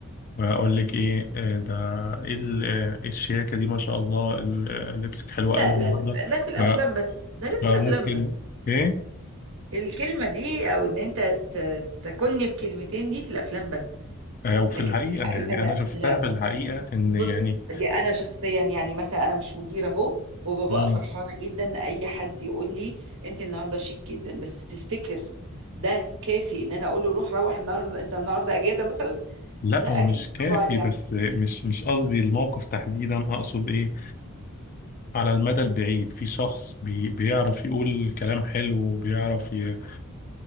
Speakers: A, on the left (about 40°); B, on the right (about 60°).
A: واقول لك ايه آه، ده ايه ال- آه، إيه الشياكه دي ما شاء الله ال- آه، لبسك حلوه
B: لا
A: قوي النهارده
B: لا لا ده في الافلام
A: ف-
B: بس ده اللي في
A: فممكن
B: الافلام بس
A: ايه
B: الكلمة دي او ان انت ت- تاكلني بكلمتين دي في الافلام بس
A: آه، وفي
B: لكن
A: الحقيقه
B: في الحقيقة
A: يعني
B: لا
A: انا شفتها
B: لا طب
A: في الحقيقه ان
B: بص
A: يعني
B: دي انا شخصيا يعني مثلا انا مش مديرة اهو وببقى
A: مم.
B: فرحانة جدا ان اي حد يقول لي انت النهاردة شيك جدا بس تفتكر ده كافي ان انا اقول له روح روح النهارده انت النهارده اجازة مثلا
A: لا
B: لا
A: هو
B: اكيد
A: مش كافي
B: طبعا يعني
A: بس مش مش قصدي الموقف تحديدا اقصد ايه على المدى البعيد في شخص بي بيعرف يقول كلام حلو وبيعرف ي-